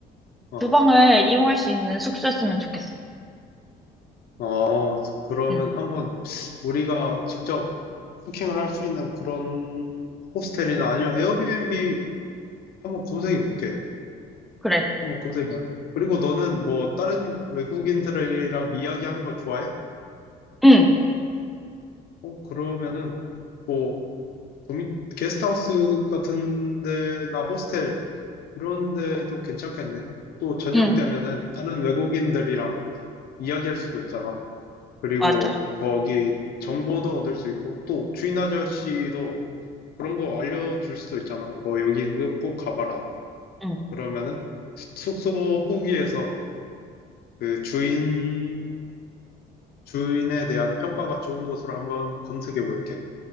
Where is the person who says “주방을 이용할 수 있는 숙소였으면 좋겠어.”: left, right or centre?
Centre